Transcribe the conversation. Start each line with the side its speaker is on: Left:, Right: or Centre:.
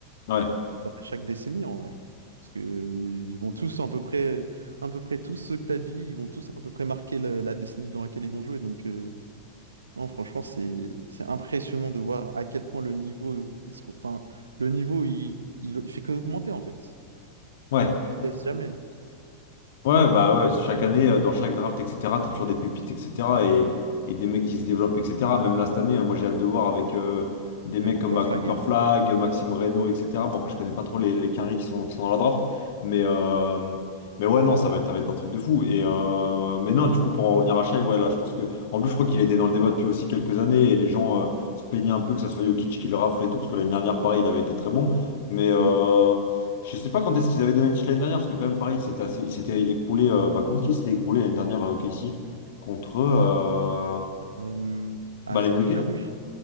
Left: Ouais,
Right: bah, chaque décennie en vrai. Parce que euh, ils vont tous à peu près, euh, à peu près tous ceux que t'as dit, ils vont tous à peu près marquer la, la décennie dans laquelle ils vont jouer. Donc euh, Non, franchement, c'est c'est impressionnant de voir à quel point le niveau, euh, il se re- enfin, le niveau, il, il, il fait qu'augmenter en fait.
Left: ouais,
Right: Il baisse jamais.
Left: ouais, bah ouais, chaque année, euh, dans chaque draft, etc., t'as toujours des pépites, etc., et, et des mecs qui se développent, etc. Même là, cette année, euh, moi, j'ai hâte de voir avec euh, des
Right: Avec
Left: mecs
Right: Cooper
Left: comme bah,
Right: Flag.
Left: Cooper Flag, Maxime Reynaud, etc. Bon, après, je connais pas trop les, les quinries qui sont, qui sont dans la draft, mais, euh, mais ouais, non, ça va être, ça va être un truc de fou. Et, euh, mais non, du coup, pour en revenir à Shai, ouais, là, je pense que, en plus, je crois qu'il était dans le débat depuis aussi quelques années, et les gens euh, se plaignaient un peu que ça soit Jokic qui le rafle et tout, parce que l'année dernière, pareil, il avait été très bon, mais. euh,
Right: Oui.
Left: Je sais pas quand est-ce qu'ils avaient donné le titre l'année dernière, parce que quand même, pareil, il s'était assez- il s'était écroulé. euh, bah, contre qui s'était écroulé l'année dernière, euh, Casey? Contre euh,
Right: Euh, ah
Left: bah,
Right: ça,
Left: les Nuggets,
Right: j'avoue, j-